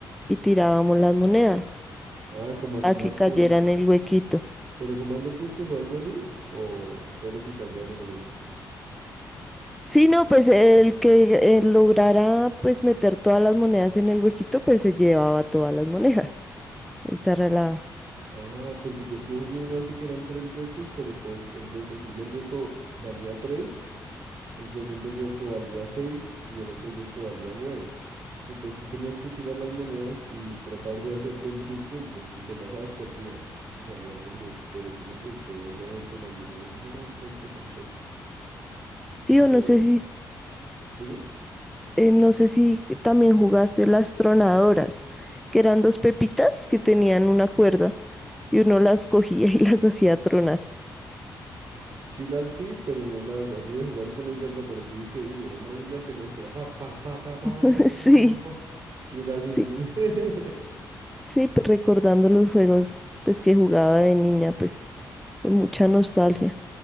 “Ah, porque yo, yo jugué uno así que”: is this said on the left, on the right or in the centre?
Right